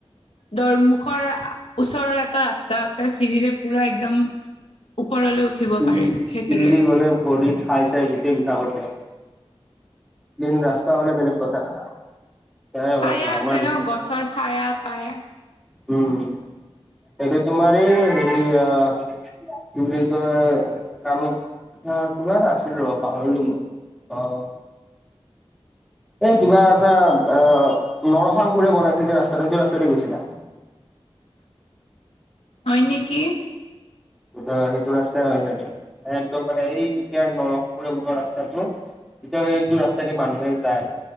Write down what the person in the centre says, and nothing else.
চিৰি-চিৰিদি
গ'লে ভৰি ঠাই-চাই গোটেই বিষাব ধৰে। ক্লিন ৰাস্তা হ'লে বেলেগ কথা। সেয়াই অলপ
চলপ
আমাৰ বিষয়ে
উম। এইটো তোমাৰ এই হেৰি আ কি বুলি কয় কামত কামাখ্যা, কিবা এটা আছিল ৰবা পাহৰিলোঁ মই। অহ। এই কিবা এটা অহ, নৰসাং সুৰে বনাইছিলে যে ৰাস্তাটো, সেইটো ৰাস্তাই দি গৈছিলা।
সেইটো ৰাস্তাই হয় চাগে একদম মানে এই দুটা নৰসিংপুৰে বনোৱা ৰাস্তাটো। এতিয়া সেইটো ৰাস্তা দি মানুহে যায়।